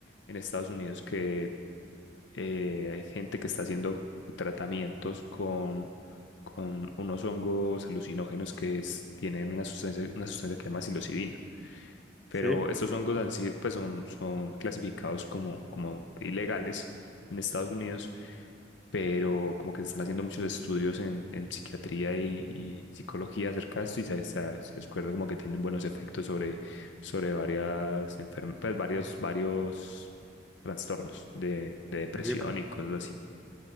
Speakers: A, on the left; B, in the centre.
A: en Estados Unidos que eh, hay gente que está haciendo tratamientos con, con unos hongos alucinógenos que es- tienen una sustancia, una sustancia que se llama psilocibina pero
B: sí.
A: estos hongos han sido- pues son, son clasificados como, como ilegales en Estados Unidos, pero como que se están haciendo muchos estudios en, en psiquiatría y, y psicología acerca de esto y se, se, se descubre como que tienen buenos efectos sobre, sobre varias enfermedades, varios, varios trastornos de, de depresión
B: Yo digo que-
A: y cosas así.